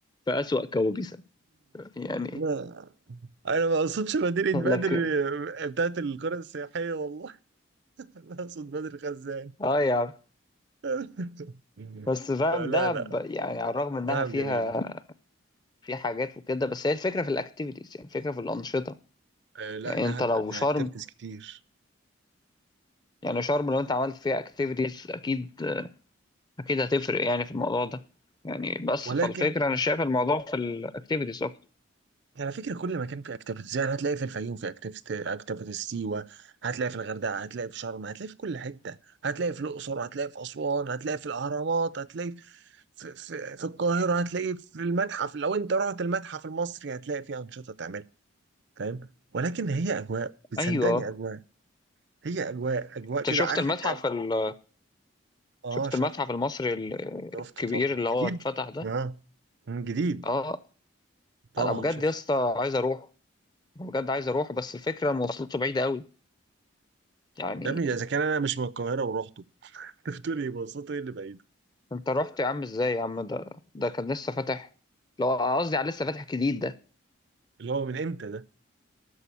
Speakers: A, on the left; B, on the right.
A: في أسوأ كوابيسها يعني
B: لا انا ما اقصدش مدينه
A: لك
B: بدر آه، بتاعت القرى السياحيه والله <laughs> انا اقصد بدر خزان
A: اه يا عم
B: <laughs>
A: بس فاهم
B: لا
A: دهب
B: لا
A: يعني على الرغم انها
B: دهب
A: فيها
B: جميله
A: في حاجات وكده بس هي الفكره في الاكتيفيتيز يعني الفكره في الانشطه
B: آه لا
A: يعني
B: دهب
A: انت لو
B: بقى فيها
A: شرم
B: اكتيفيتيز كتير
A: يعني شرم لو انت عملت فيها اكتيفيتيز اكيد اكيد هتفرق يعني في الموضوع ده يعني بس
B: ولكن
A: فالفكره انا شايف الموضوع في الاكتيفيتيز اكتر
B: يعني على فكره كل مكان فيه اكتيفيتيز يعني هتلاقي في الفيوم في اكتيفيتيز سيوه هتلاقي في الغردقه هتلاقي في شرم هتلاقي في كل حته هتلاقي في الاقصر هتلاقي في اسوان هتلاقي في الاهرامات هتلاقي في, في, في القاهره هتلاقي في المتحف لو انت رحت المتحف المصري هتلاقي فيه انشطه تعملها فاهم ولكن هي اجواء بتصدقني
A: ايوه
B: اجواء هي اجواء اجواء
A: انت
B: كده
A: شفت
B: عارف
A: المتحف
B: انت أجواء.
A: ال...
B: اه
A: شفت
B: شفت
A: المتحف المصري ال-
B: شفته
A: الكبير
B: طبعا
A: اللي هو
B: جديد
A: اتفتح ده
B: اه مم، جديد
A: اه
B: طبعا
A: انا بجد
B: شفت
A: يا اسطى عايز اروح بجد عايز اروح بس الفكره مواصلاته بعيده قوي يعني
B: يا ابني اذا كان انا مش من القاهره ورحته <laughs> انت بتقول ايه بصته ايه اللي بعيد
A: انت رحت يا عم ازاي يا عم ده ده كان لسه فاتح لو قصدي على لسه فاتح جديد ده
B: اللي هو من امتى ده